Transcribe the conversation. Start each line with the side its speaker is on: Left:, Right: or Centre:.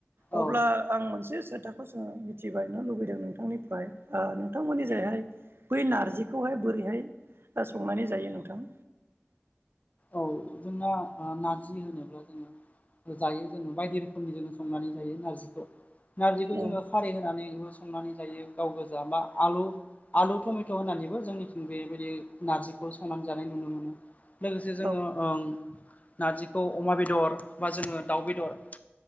Right: अब्ला
Left: औ
Right: आं मोनसे सोथाखौ जोङो मिथिबायनो लुबैदों नोंथांनिफ्राय ओ नोंथांमोननि
Left: औ
Right: जायहाय बै नारजिखौहाय बोरैहाय दा संनानै जायो नोंथां
Left: औ जोंना नारजि होनोब्ला जोङो जायो जोङो बायदि रोखोमनि जोङो संनानै जायो नारजिखौ नारजिखौ
Right: औ
Left: जोङो खारि होनानैबो संनानै जायो गाव गोजा बा आलु आलु टमेट' होननानैबो जोंनिथिं बेबायदि नारजिखौ संनानै जानाय नुनो मोनो लोगोसे जोङो
Right: औ
Left: ओं नारजिखौ अमा बेदर बा जोङो दाउ बेदर